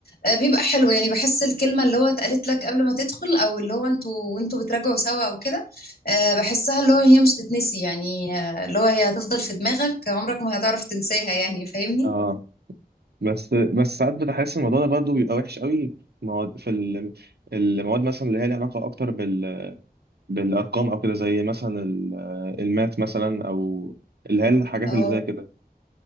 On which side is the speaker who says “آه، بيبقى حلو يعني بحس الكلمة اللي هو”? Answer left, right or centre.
Left